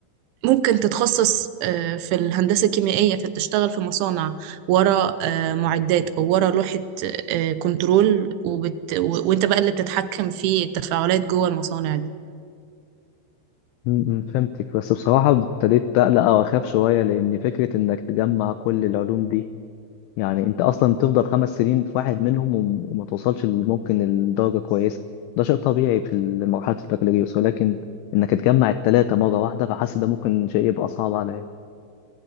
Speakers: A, on the right; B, on the left.
A: ممكن تتخصص آه، في الهندسه الكيميائيه فبتشتغل في مصانع ورا آه، معدات او ورا لوحه آه، كنترول وبت... و... وانت بقى اللي بتتحكم في التفاعلات جوه المصانع دي
B: م- م، فهمتك بس بصراحه ابتديت اقلق او اخاف شويه لان فكره انك تجمع كل العلوم دي يعني انت اصلا تفضل خمس سنين في واحد منهم وم- وما توصلش ل- ممكن لدرجه كويسه ده شيء طبيعي في ال- مرحله البكالوريوس ولكن انك تجمع الثلاثه مره واحده فحاسس ده ممكن شيء يبقى صعب عليا